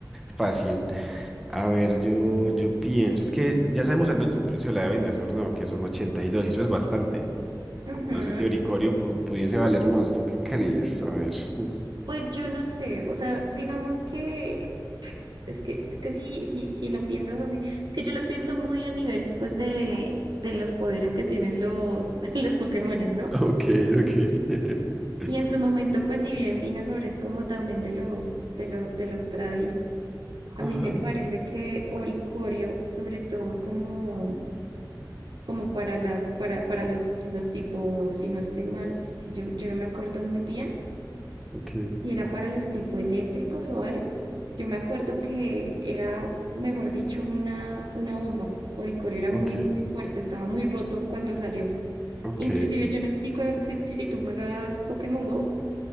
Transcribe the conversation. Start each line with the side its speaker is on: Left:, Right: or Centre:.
Centre: fácil. A ver, yo, yo pienso, es que ya sabemos al menos el precio de la de Venezuela, ¿no? Que son 82 y dos y eso es bastante.
Right: Ujú.
Centre: No sé si Oricorio pu- pudiese valer monstruo. ¿Qué crees? A ver. <laughs>
Right: Pues yo no sé, o sea, digamos que Es que, es que sí, sí, sí lo piensas así. Es que yo lo pienso muy a nivel, pues, de, de los poderes que tienen los, <laughs> los Pokémones, ¿no?
Centre: Ok, ok. <laughs>
Right: Y en su momento, pues, si bien Venusaur es como también de los, de los, de los tradis, a
Centre: Ajá,
Right: mí me parece que Oricorio, sobre todo como, como para las, para, para los, los tipos, si no estoy mal, es que yo, yo no me acuerdo muy bien
Centre: ok,
Right: y era para los tipo eléctricos o algo. Yo me acuerdo que era, mejor dicho, una, una bomba. Oricorio era muy,
Centre: ok,
Right: muy fuerte, estaba muy roto cuando salió.
Centre: ok.
Right: Inclusive, yo no sé si, cue- si tú juegas Pokémon Go,